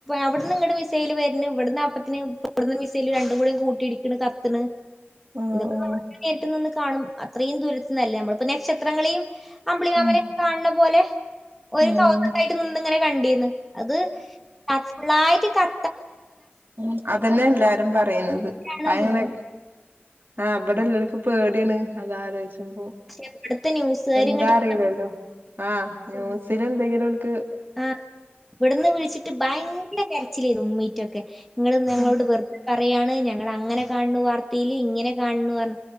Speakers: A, in the centre; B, on the right (about 55°).
A: അവിടുന്ന് ഇടെ മിസൽ വരുന്ന ഇവിടുന്ന് അപ്പത്തിന് ഇവിടുന്ന് മിസൈൽ രണ്ടും കൂടെ കൂട്ടിടിക്കണ് കത്തണ്
B: ആഹ്
A: ഇതൊക്കെ
B: ആഹ്
A: നമ്മ നേരിട്ട് നിന്ന് കാണും അത്രയും ദൂരത്തന്നല്ലേ നമ്മളിപ്പോ നക്ഷത്രങ്ങളെയും അമ്പ്ളികാമന
B: ഉം
A: കാണ പോലെ ഒരു
B: ഉം
A: കൗതക്കായിട്ട് നിന്ന ഇങ്ങനെ കണ്ടീന്ന് അത് ക ഫുള്ളായിട്ട് ക
B: ഉ അതന്നെ എല്ലാരും പറയുന്നത്
A: ാണ്
B: അങ്ങനെ
A: ബുദ്ധിമുട്ട്
B: ആ അവിടെല്ലക്ക പേടിയാണ് അതലോചിച്ച്പോ
A: പക്ഷെ ഇവിടുത്തെ ന്യൂസുകാര്
B: എന്താ
A: ഇങ്ങട്ട്
B: അറില്ലല്ലോ ആഹ ന്യൂസില എന്തെങ്കിലൊക്കക്ക്
A: ആഹ് ഇവിടുന്ന് വിഴിച്ചിട്ട് ഭയങ്കര കരച്ചിലായി ഉമ്മീറ്റൊക്കെ നിങ്ങളൾ ഞങ്ങളോട്
B: ആഹ്
A: വെറു പറയാണ് ഞങ്ങ അങ്ങനെ കാണണ വാർത്തയിൽ ഇങ്ങനെ കാണു പറു